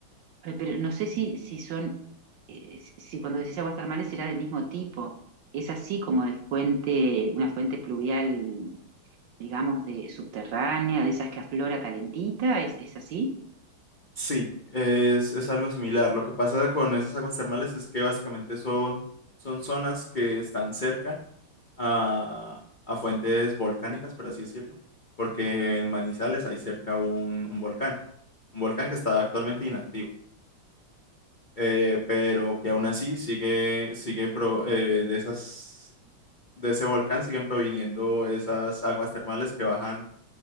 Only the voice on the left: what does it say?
Sí, es, es algo similar. Lo que pasa con esas aguas termales es que básicamente son, son zonas que están cerca a, a fuentes volcánicas, por así decirlo, porque en Manizales hay cerca un, un volcán, un volcán que está actualmente inactivo. eh, pero que aún así sigue, sigue pro- eh, de esas, de ese volcán siguen proviniendo esas aguas termales que bajan,